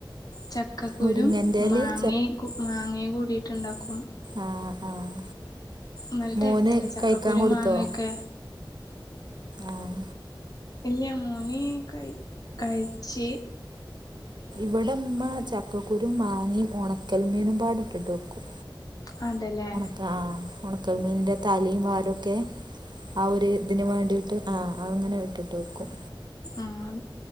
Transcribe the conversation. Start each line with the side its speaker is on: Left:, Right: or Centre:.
Left: ചക്കക്കുരും
Right: മുരിങ്ങൻ്റെ ഇലയും
Left: മാങ്ങേക്കു മാങ്ങേങ്കൂടിട്ട്ണ്ടാക്കും
Right: ആഹ ആഹ
Left: നല്ല
Right: മോന്
Left: ടേസ്റ്റാട്ടോ ചക്കക്കുരു
Right: കയ്ക്കാൻ കൊടുത്തോ
Left: മാങ്ങൊക്കെ
Right: ആഹ
Left: ഇല്ല്യ മോന് കയ് കഴിച്ചേ
Right: ഇവടെമ്മ ചക്കക്കുരും മാങ്ങിം ഒണക്കൽമീനും പാടെ ഇട്ടിട്ട് വെക്കും
Left: അതെല്ലേ
Right: ആഹ ഒണക്കൽ മീനിൻ്റെ തലയും വാലൊക്കെ ആ ഒരു ഇതിന് വേണ്ടി ട്ട് ആഹ അങ്ങനെ വെട്ടിട്ട് വെക്കും
Left: ആഹ